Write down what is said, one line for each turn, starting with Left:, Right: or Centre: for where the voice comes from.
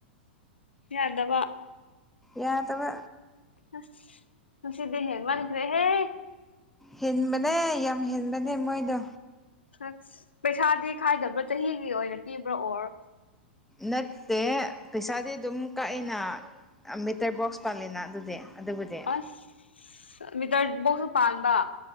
Left: ꯌꯥꯗꯕ
Centre: ꯌꯥꯗꯕ
Left: ꯍ ꯈꯨꯁꯤꯗꯦꯅꯦ ꯍꯦ ꯃꯥꯅꯤꯗ꯭ꯔꯦ ꯍꯦ
Centre: ꯍꯦꯟꯕꯅꯦ ꯌꯥꯝ ꯍꯦꯟꯕꯅꯦ ꯃꯣꯏꯗꯣ
Left: ꯁꯁ ꯄꯩꯁꯥꯗꯤ ꯈꯥꯏꯗꯕ꯭ꯔꯥ ꯆꯍꯤꯒꯤ ꯑꯣꯏꯅ ꯄꯤꯕ꯭ꯔꯥ ꯑꯣꯔ
Centre: ꯅꯠꯇꯦ ꯄꯩꯁꯥꯗꯤ ꯑꯗꯨꯝ ꯀꯛꯑꯦꯅ ꯃꯤꯇꯔ ꯕꯣꯛꯁ ꯄꯥꯜꯂꯤꯅ ꯑꯗꯨꯗꯤ ꯑꯗꯨꯕꯨꯗꯤ
Left: ꯑꯁ ꯃꯤꯇ꯭ꯔ ꯕꯣꯛꯁꯨ ꯄꯥꯟꯕ